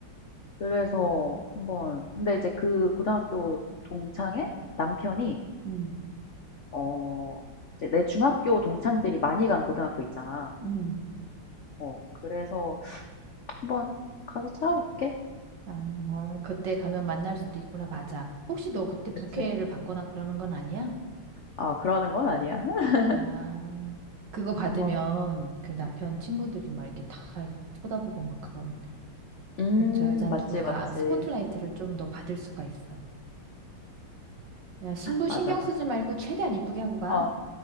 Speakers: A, on the left; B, on the right.
A: 그래서 한번 근데 이제 그 고등학교 동창의 남편이
B: 응,
A: 어 이제 내 중학교 동창들이 많이 간 고등학교 있잖아.
B: 응.
A: 어 그래서 "한번 가서 찾아볼게."
B: 아, 그때 가면 만날 수도 있구나. 맞아. 혹시 너 그때 부케를
A: 그치.
B: 받거나 그러는 건 아니야?
A: 아 그러는 건 아니야. <laughs>
B: 아, 그거 받으면
A: 한번
B: 그 남편
A: 음음.
B: 친구들이 막 이렇게 다 쳐다보고 막 그러는데.
A: 음
B: 저 여자는
A: 음, 맞지,
B: 누굴까?
A: 맞지.
B: 아, 스포트라이트를 좀 더 받을 수가 있어. 야, 신부
A: 맞아,
B: 신경
A: 맞아.
B: 쓰지 말고 최대한 이쁘게 하고 가.
A: 어.